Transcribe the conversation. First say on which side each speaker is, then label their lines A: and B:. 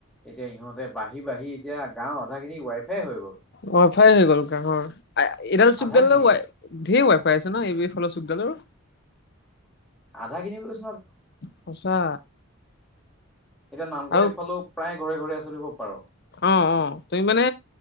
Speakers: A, in the centre; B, on the left.
A: এতিয়া সিহঁতে বাঢ়ি বাঢ়ি এতিয়া গাঁৱৰ আধা খিনি ৱাইফাই হৈ গ'ল
B: ৱাইফাই হৈ গ'ল গাঁৱৰ আ এডাল
A: আধা
B: চুক ডালে
A: খিনি
B: ৱাইা ধেৰ ৱাই পাইছে ন ই বি এছ ফলৰ চুকদাযোৰ
A: আধা খিনি লচ
B: সঁচা
A: এতিয়া নামঘৰ
B: আৰু
A: ইফালেও প্ৰায় ঘৰে ঘৰে আছে বুলি ক'ব পাৰ
B: অ অ তুমি মানে